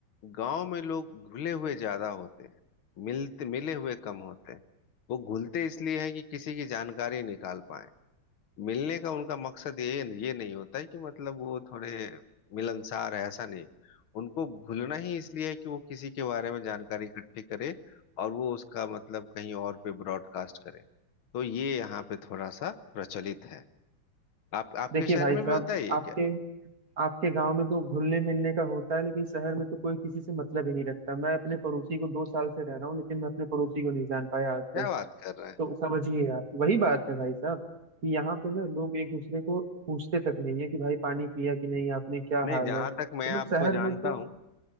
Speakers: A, on the left (about 80°); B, on the right (about 45°).
A: गांव में लोग घुले हुए ज्यादा होते हैं मिलते मिले हुए कम होते हैं वो घुलते इसलिए है कि किसी की जानकारी निकाल पाए मिलने का उनका मकसद ये ये नहीं होता है कि मतलब वो थोड़े मिलनसार है ऐसा नहीं उनको घुलना ही इसलिए है कि वो किसी के बारे में जानकारी इकट्ठी करे और वो उसका मतलब कहीं और पे ब्रॉडकास्ट करे तो ये यहाँ पे थोड़ा सा प्रचलित है आप आपके
B: देखिए
A: शहर
B: भाई
A: में
B: साहब
A: भी होता है ये
B: आपके
A: क्या
B: आपके गांव में तो घुलने मिलने का होता है लेकिन शहर में तो कोई किसी से मतलब ही नहीं रखता मैं अपने पड़ोसी को दो साल से रह रहा हूँ लेकिन मैं अपने पड़ोसी को नहीं जान पाया आज
A: क्या
B: तक
A: बात कर रहे
B: तो समझिए आप वही बात है भाई साहब कि यहाँ पे ना लोग एक दूसरे को पूछते तक नहीं है कि भाई पानी पिया कि नहीं
A: हैं
B: आपने क्या
A: नहीं
B: हाल
A: जहां
B: है मतलब
A: तक मैं आपको
B: शहर
A: जानता
B: में तो
A: हूँ